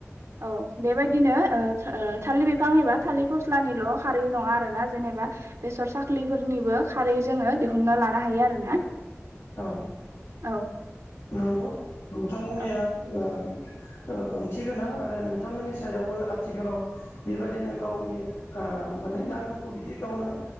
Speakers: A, on the right (about 60°); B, on the left (about 75°).
A: औ बेबायदिनो ओ ओ थालिर बिफां एबा थालिर फस्लानिल खारै नङा आरोना जेनेबा बेसर साख्लिफोरनिबो खारै जोङो दिहुनना लानो हायो आरोना
B: औ
A: औ
B: नंगौ नोंथांमोननिया
A: औ
B: ओ ओंथि गोनां आरो नोंथांमोननि साइडआवबो आथिखालाव बेबायदिनो गावनि ओ माने नांगौखौ बिदि गावनो